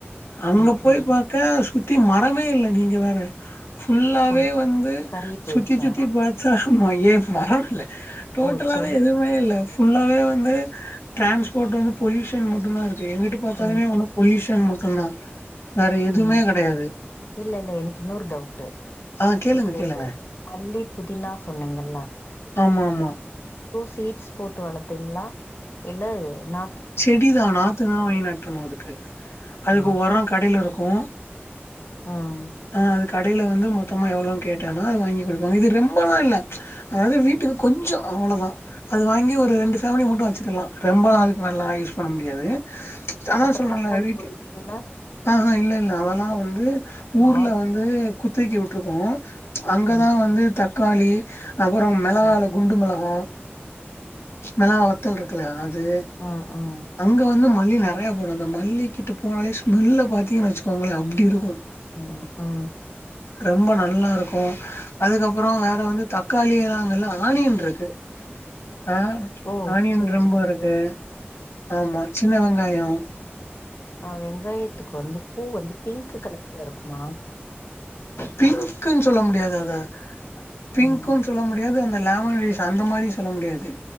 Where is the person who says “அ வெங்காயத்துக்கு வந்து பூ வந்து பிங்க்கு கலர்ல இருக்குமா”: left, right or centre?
Left